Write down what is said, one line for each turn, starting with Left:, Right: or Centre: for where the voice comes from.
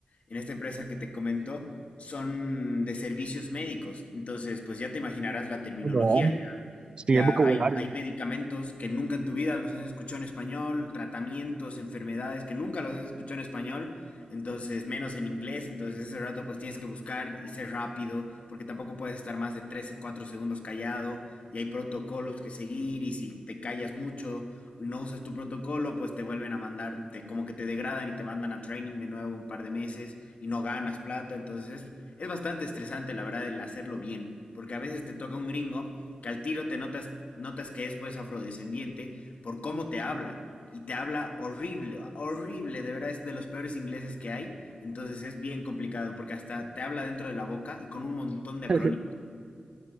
Left: en esta empresa que te comento son de servicios médicos. Entonces, pues ya te imaginarás la terminología,
Right: No,
Left: ya
Right: sí
Left: ya
Right: es vocabulario.
Left: hay hay medicamentos que nunca en tu vida los has escuchado en español, tratamientos, enfermedades que nunca los has escuchado en español, entonces menos en inglés, entonces ese rato pues tienes que buscar y ser rápido, porque tampoco puedes estar más de 3 4 segundos callado y hay protocolos que seguir y si te callas mucho, no usas tu protocolo, pues te vuelven a mandar, te, como que te degradan y te mandan a training de nuevo un par de meses y no ganas plata, entonces es, es bastante estresante la verdad el hacerlo bien, porque a veces te toca un gringo que al tiro te notas, notas que es pues afrodescendiente por cómo te habla. Y te habla horrible, horrible, de verdad es de los peores ingleses que hay. Entonces es bien complicado porque hasta te habla dentro de la boca y con un montón de acrónimos.
Right: <laughs>